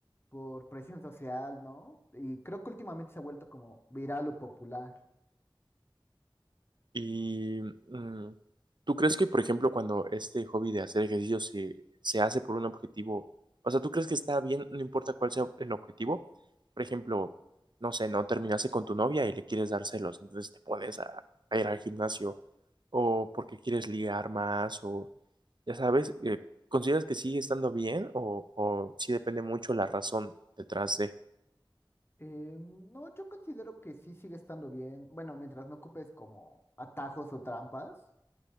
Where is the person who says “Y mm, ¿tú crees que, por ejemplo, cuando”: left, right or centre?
Right